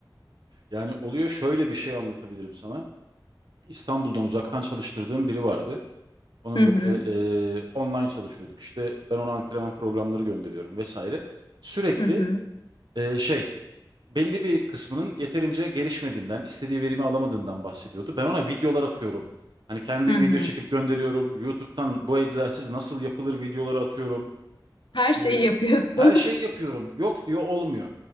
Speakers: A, on the right; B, on the left.
A: Yani oluyor şöyle bir şey anlatabilirim sana. İstanbul'dan uzaktan çalıştırdığım biri vardı. Onun
B: <laughs> Hı
A: böyle
B: hı,
A: e, online çalışıyorduk işte ben ona antrenman programları gönderiyorum vesaire. Sürekli
B: hı hı,
A: e, şey belli bir kısmının yeterince gelişmediğinden istediği verimi alamadığından bahsediyordu. Ben ona videolar atıyorum. Hani kendim
B: hı hı.
A: video çekip gönderiyorum. YouTube'dan bu egzersiz nasıl yapılır videoları atıyorum.
B: Her şeyi
A: Ee,
B: yapıyorsun.
A: her şeyi
B: <laughs>
A: yapıyorum. Yok diyor olmuyor.